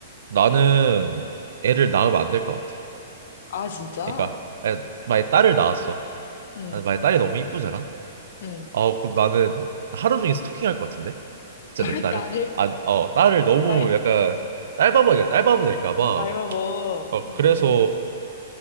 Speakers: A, on the right (about 60°); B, on the left (about 50°).
A: 나는 애를 낳으면 안 될 것 같아.
B: 아, 진짜?
A: 그러니까, 아니, 만약에 딸을 낳았어.
B: 응,
A: 아니, 만약에 딸이 너무 이쁘잖아?
B: 응.
A: 아, 그럼 나는 하루 종일 스토킹할 것 같은데? 진짜
B: <laughs>
A: 내 딸은?
B: 딸을,
A: 아, 어, 딸을 너무
B: 딸,
A: 약간 딸바보니까 딸바보 될까 봐.
B: 나이가 뭐,
A: 어,
B: 음,
A: 그래서